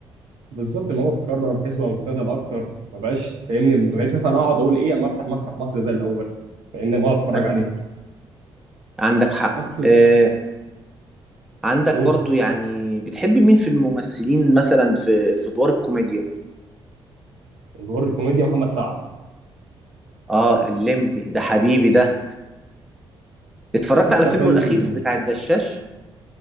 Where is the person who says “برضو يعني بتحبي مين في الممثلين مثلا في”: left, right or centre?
Centre